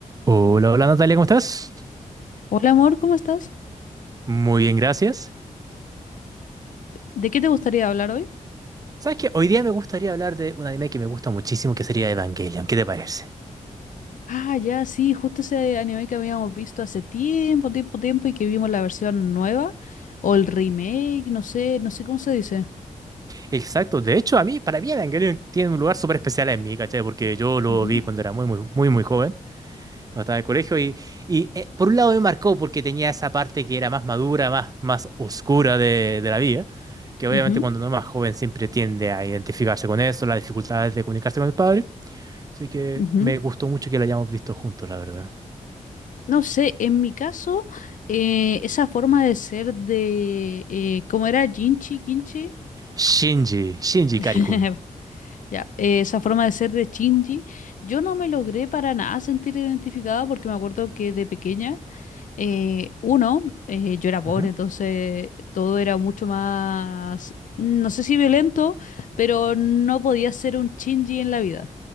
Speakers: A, on the right (about 25°); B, on the left (about 70°).
A: Hola, hola Natalia, ¿cómo estás?
B: Hola amor, ¿cómo estás?
A: Muy bien, gracias.
B: ¿De qué te gustaría hablar hoy?
A: ¿Sabes qué? Hoy día me gustaría hablar de un anime que me gusta muchísimo, que sería Evangelion. ¿Qué te parece?
B: Ah, ya, sí, justo ese anime que habíamos visto hace tiempo, tiempo, tiempo y que vimos la versión nueva o el remake, no sé, no sé cómo se dice.
A: Exacto. De hecho, a mí, para mí Evangelion tiene un lugar súper especial en mí, ¿cachai? Porque yo lo
B: Ujú,
A: vi cuando era muy, muy, muy, muy joven, cuando estaba en el colegio, y, y eh, por un lado me marcó porque tenía esa parte que era más madura, más, más oscura de, de la vida, que obviamente
B: ujú,
A: cuando uno es más joven siempre tiende a identificarse con eso, las dificultades de comunicarse con el padre. Así que
B: ujú.
A: me gustó mucho que lo hayamos visto juntos, la verdad.
B: No sé, en mi caso, eh, esa forma de ser de, eh, ¿cómo era? Jinchi, Kinchi.
A: Shinji, Shinji
B: <laughs>
A: Karikun.
B: Ya, eh, esa forma de ser de Shinji, yo no me logré para nada sentir identificada porque me acuerdo que de pequeña, eh, uno, eh, yo era pobre,
A: Ujú.
B: entonces todo era mucho más, no sé si violento, pero no podía ser un Shinji en la vida,